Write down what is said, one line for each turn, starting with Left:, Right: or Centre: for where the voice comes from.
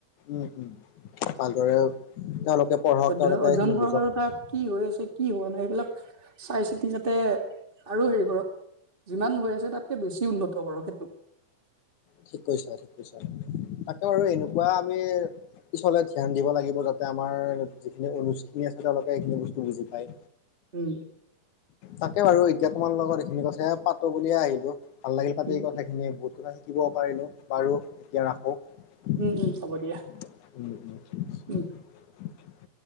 Left: উম উম ভালদৰে তেওঁলোকে পঢ়ক
Right: অধ্য়
Left: তেওঁলোকে
Right: অধ্যয়ন
Left: সেইখিনি
Right: কৰক
Left: বুজক
Right: আৰু তাত কি হৈ আছে কি হোৱা নাই এইবিলাক চাই চিতি যাতে আৰু হেৰি কৰক যিমান হৈ আছে তাতকে বেছি উন্নত কৰক সেইটো
Left: ঠিক কৈছা ঠিক কৈছা তাকে বাৰু এনেকুৱা আমি পিছলে ধ্যান দিব লাগিব যাতে এ আমাৰ যিখিনি অনুজখিনি আছে তেওঁলোকে এইখিনি বস্তু বুজি পায়
Right: উম
Left: তাকে বাৰু এতিয়া তোমাৰ লগত এইখিনি কথা পাতো বুলিয়ে আহিলো ভাল লাগিল পাতে
Right: উম
Left: এই কথাখিনিয়ে বহুত কথা পাৰিলোঁ পাৰোঁ এতিয়া ৰাখোঁ উম
Right: উম হ'ব দিয়া
Left: উম ঠিক আছে
Right: উম